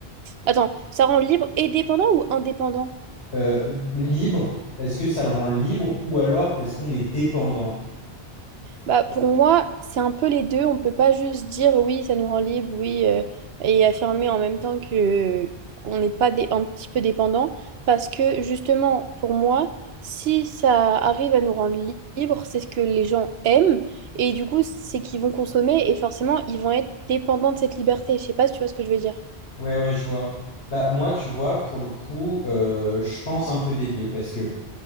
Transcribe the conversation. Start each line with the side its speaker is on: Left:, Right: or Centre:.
Right: Attends, ça rend libre et dépendant ou indépendant?
Left: Euh, libre, est-ce que ça le rend libre ou alors est-ce qu'on est dépendant?
Right: Bah, pour moi, c'est un peu les deux. On peut pas juste dire oui, ça nous rend libre, oui, euh, et affirmer en même temps que qu'on n'est pas dé- un petit peu dépendant. Parce que justement, pour moi, si ça arrive à nous rendre li- libre, c'est ce que les gens aiment. Et du coup, c'est qu'ils vont consommer et forcément, ils vont être dépendants de cette liberté. Je sais pas si tu vois ce que je veux dire.
Left: Ouais, ouais, je vois. Bah, moi, tu vois, pour le coup, euh, je pense un peu des deux parce que